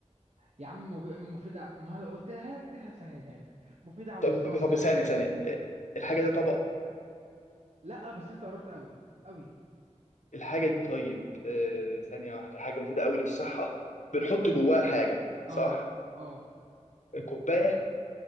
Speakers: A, on the right; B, on the left.
A: يا عم مج- مفيدة ع- ما هلا قلتها لك دي هسهلها لك مفيدة على
B: طب
A: مستوى الصحة
B: طب ثانية ثانية الحاجة دي طبق
A: لا بس انت قربت قوي قوي
B: الحاجة دي طيب آه، ثانية واحدة حاجة مفيدة أوي للصحة بنحط
A: مفيدة
B: جواها حاجة
A: اه
B: صح
A: اه
B: كوباية